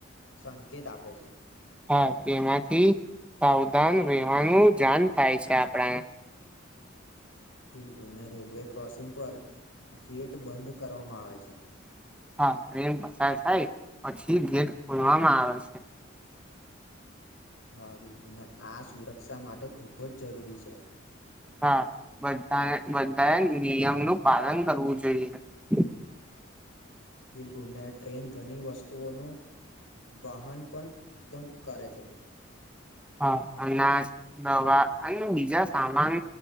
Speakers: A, on the left; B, in the centre.
A: સંકેત આપે છે.
B: હા, તેમાંથી સાવધાન રહેેવાનું જાન થાય છે આપણે.
A: બિલકુલ, ને રેલવે ક્રોસિંગ પર ગેટ બંધ કરવામાં આવે છે.
B: હા, ટ્રેન પસાર થાય પછી ગેટ ખોલવામાં આવે છે.
A: હા, બિલકુલ. ને આ સુરક્સા માટે ખૂબ જ જરૂરી છે.
B: હા બધાએ, બધાએ નિયમનું પાલન કરવું જોઈએ.
A: બિલકુલ ને ટ્રેન ઘની વસ્તુઓનું વહન પણ એકદમ કરે છે.
B: હા, અનાજ, દવા અને બીજા સામાન